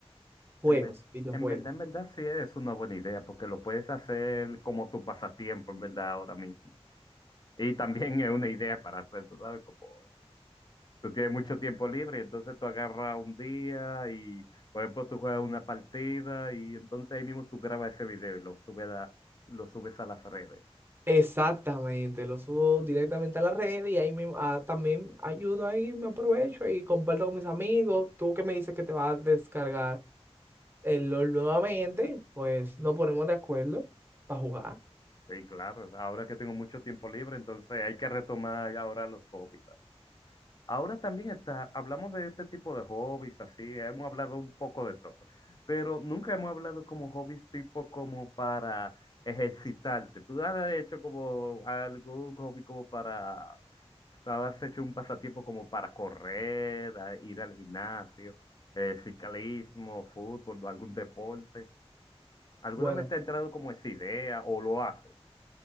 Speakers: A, on the right; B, on the left.
A: juegos,
B: En ver-
A: videojuegos.
B: en verdad, en verdad sí es una buena idea porque lo puedes hacer como tu pasatiempo, en verdad, ahora mismo. Y también es una idea para hacer, tú sabes, como Tú tienes mucho tiempo libre, entonces tú agarras un día y, por ejemplo, tú juegas una partida y entonces ahí mismo tú grabas ese video y lo subes a, lo subes a las redes.
A: Exactamente, lo subo directamente a la red y ahí mismo, ah, también ayudo ahí, me aprovecho y comparto con mis amigos. Tú que me dices que te vas a descargar el LOL nuevamente, pues nos ponemos de acuerdo para jugar.
B: Sí, claro. Ahora que tengo mucho tiempo libre, entonces hay que retomar ahora los hobbies. Ahora también está, hablamos de este tipo de hobbies, así, hemos hablado un poco de todo, pero nunca hemos hablado como hobbies tipo como para ejercitarte. Tú has hecho como algún hobby como para, tú has hecho un pasatiempo como para correr, a- ir al gimnasio, eh, ciclismo, fútbol, algún deporte. ¿Alguna
A: Bueno,
B: vez te ha entrado como esa idea o lo haces?